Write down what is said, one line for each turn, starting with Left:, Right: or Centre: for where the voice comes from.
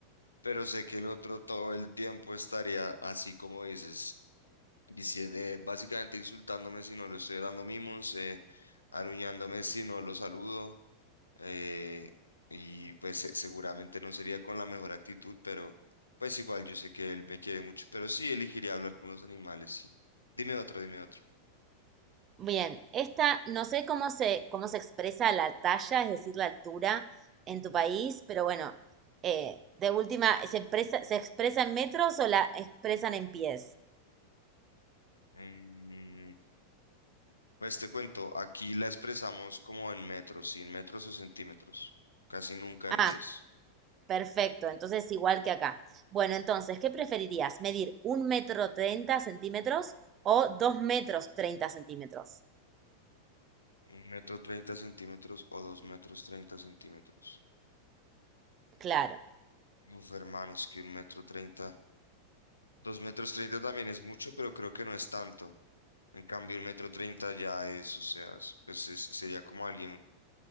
Left: pero sé que el otro todo el tiempo estaría así como dices, diciendo, básicamente insultándome si no le estoy dando mimos, eh, aruñándome si no lo saludo. eh, y pues se- seguramente no sería con la mejor actitud, pero pues igual yo sé que él me quiere mucho, pero sí elegiría hablar con los animales, sí. Dime otro, dime otro.
Right: Bien, esta no sé cómo se, cómo se expresa la talla, es decir, la altura en tu país, pero bueno, eh, de última, ¿se expresa, se expresa en metros o la expresan en pies?
Left: Mm, pues te cuento, aquí la expresamos como en metros, sin metros o centímetros. Casi nunca
Right: Ah,
Left: en pies
Right: perfecto, entonces igual que acá. Bueno, entonces, ¿qué preferirías? ¿Medir un metro treinta centímetros o dos metros treinta centímetros?
Left: Un metro treinta centímetros o dos metros treinta centímetros.
Right: Claro.
Left: Uf, hermano, es que un metro treinta. Dos metros treinta también es mucho, pero creo que no es tanto. En cambio, el metro treinta ya es, o sea, es- pues es- sería como alguien